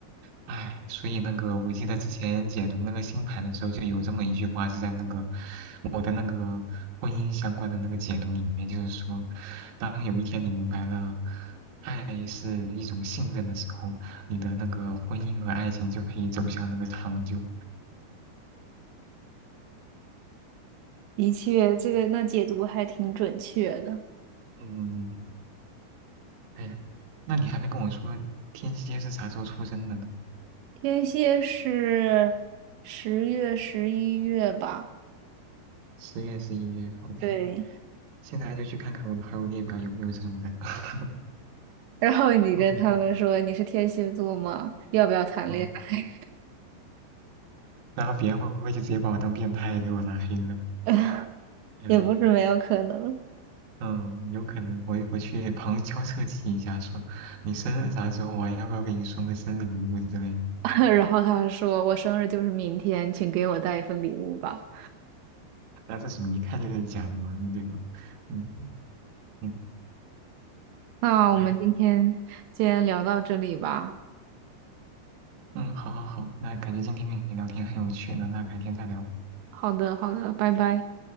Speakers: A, on the right; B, on the right.
A: 唉，所以那个，我记得之前解读那个星盘的时候，就有这么一句话是在那个我的那个婚姻相关的那个解读里面，就是说，当有一天你明白了爱是一种信任的时候，你的那个婚姻和爱情就可以走向那个长久。
B: 的确，这个那解读还挺准确的。
A: 嗯，哎呀，那你还没跟我说天蝎是啥时候出生的呢？
B: 天蝎是十月、十一月吧？
A: 十月、十一月，OK，
B: 对。
A: 现在就去看看我的好友列表有没有这种人。<laughs>
B: 然后你跟他们说你是天蝎座吗？
A: OK，
B: 要不要谈恋爱？
A: 嗯。然后别人会不会就直接把我当变态给我拉黑了？
B: <laughs>
A: 嗯
B: 也不是没有可能。
A: 嗯，有可能，我我去旁敲侧击一下说，你生日啥时候我要不要给你送个生日礼物之类的？
B: <laughs> 然后他说我生日就是明天，请给我带一份礼物吧。
A: 那这么一看就是假的嘛，对吧？嗯嗯，
B: 那我们今天先聊到这里吧。
A: 哎，嗯，好好好，那感觉今天跟你聊天很有趣呢，那改天再聊，
B: 好的，好的，拜拜。